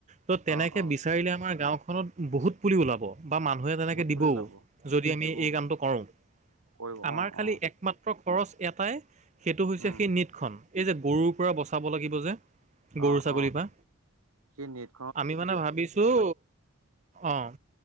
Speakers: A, on the right (about 30°); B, on the right (about 85°).
A: ত' তেনেকে
B: অ অ
A: বিচাৰিলে আমাৰ গাওখনত বহুত পুলি ওলাব। বা মানুহে তেনেকে
B: ভোট পুলি
A: দিবও
B: ওলাব
A: যদি আমি
B: দিব
A: এই কামটো কৰোঁ।
B: কৰিব
A: আমাৰ
B: অ
A: খালি
B: অ
A: একমাত্ৰ খৰচ এটাই সেইটো হৈছে
B: উম
A: সেই নীট খন এই যে গৰুৰপৰা বচাব লাগিব যে, গৰু
B: অ
A: ছাগলীৰপৰা
B: অ সেই নেট
A: আমি মানে ভাবিছোঁ, অ'।